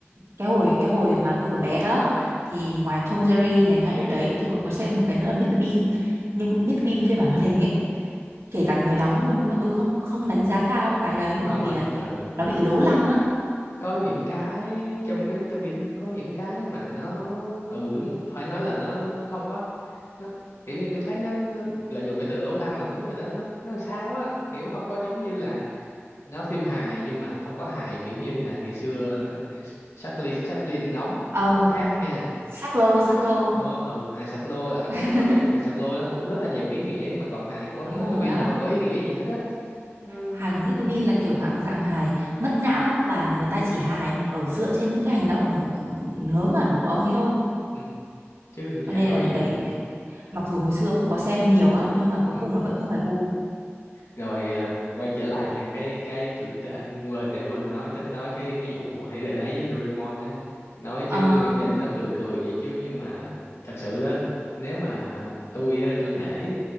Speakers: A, on the right; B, on the left.
A: cái hồi cái hồi mà tôi còn bé đó thì ngoài Tom Jerry này hãy đấy tôi còn có xem một cái nữa là Mr Bean nhưng Mr Bean phiên bản hoạt hình ấy kể cả người đóng luôn nhưng mà tôi không không đánh giá cao cái đấy
B: không
A: bởi vì
B: không
A: là kiểu
B: ừ
A: nó bị lố lăng á
B: có những cái trong cái Mr Bean nó có những cái mà nó ừ đúng phải nói là nó nó không có nó kiểu như tôi thấy nó, nó là dùng cái từ lố lăng là đúng rồi đó nó nó làm sao á kiểu không có giống như là nó phim hài nhưng mà không có hài kiểu như là ngày xưa ờ, Charlie Chaplin đóng
A: Ờ,
B: nó khác nha
A: sắc lô sắc lô
B: nó ừ hài sạc lô là nó khác
A: <laughs>
B: đó hài sạc lô nó cũng rất là nhiều ý nghĩa mà còn hài của ông
A: đúng
B: Mr
A: rồi
B: Bean
A: á
B: là không có ý nghĩa gì hết á Ừm,
A: hài của Mr Bean là kiểu dạng dạng hài mất não và người ta chỉ hài ở dựa trên những cái hành động ừ, ngớ ngẩn của ông ấy thôi
B: ừ, chứ
A: cho
B: chẳng
A: nên
B: có
A: là
B: gì
A: đấy
B: hết
A: đấy mặc dù hồi xưa cũng có xem nhiều á nhưng mà cuối
B: ừ.
A: cùng là vẫn không phải gu
B: rồi à, quay trở lại nha cái cái tôi tôi- anh quên để quên nói tính nói cái cái vụ hãy đời đấy với Doraemon á nói
A: Ờ.
B: chứ nhìn nó cười cười vậy chứ nhưng mà thật sự đó nếu mà tôi á, tôi nể